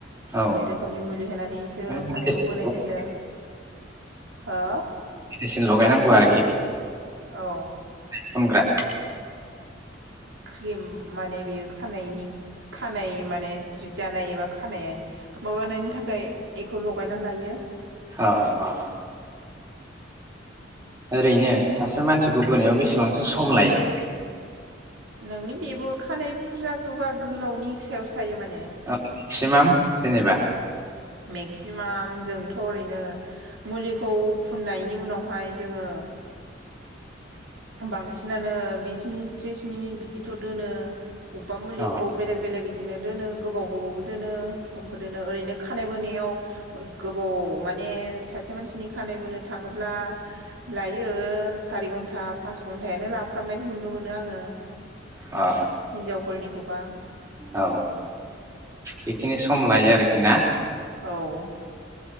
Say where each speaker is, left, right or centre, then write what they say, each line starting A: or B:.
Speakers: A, on the right; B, on the right.
A: औ
B: मोननै रोखोमनि मुलि होनानैसो
A: माने मेडिसिन
B: खानायखौ बोनाय जायो <inaudible>
A: मेडिसिन लगायनांगौ आरोखि
B: औ
A: फुनग्रा
B: क्रिम माने बेयो खानायनि खानाय माने स्ट्रेट जानाय एबा खानाय माबानायनि थाखाय बेखौ लगायनानै लायो
A: औ औ। ओरैनो सासे मानसिखौ बोनायाव बेसेबांसो सम लायो?
B: नोंनि बेबो खानाय बुरजा गोबा गोलावनि सायावसो थायो माने
A: ओ मेक्सिमाम जेनेबा
B: मेक्सिमाम जोंथ' ओरैनो मुलिखौ फुननायनि उनावहाय जोङो बांसिनानो बिस मिनिट थ्रिस मिनिट बिदिथ' दोनो। अबेबा मुलिखौ
A: अ
B: बेलेग बेलेग बिदिनो दोनो गोबाव गोबावबो दोनो खमबो दोनो ओरैनो खानाय बोनायाव गोबाव माने सासे मानसिनि खानाय बोनो थाङोब्ला लायो सारि घन्टा पास घन्टायानो लाफ्रामनायखौ नुनो मोनो आङो।
A: अ
B: हिनजाावफोरनिखौ। बा
A: औ बेखिनि सम लायो आरोखि ना?
B: औ। <inaudible>